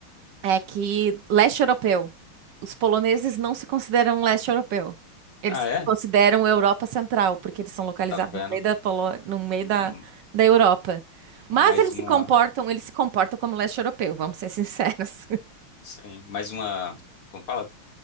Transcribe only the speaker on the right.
é que leste europeu, os poloneses não se consideram leste europeu. Eles
se
consideram Europa Central, porque eles são localizados
no meio da Polo... no meio
da, da Europa. Mas
eles
se comportam, eles se comportam como leste europeu, vamos ser sinceros.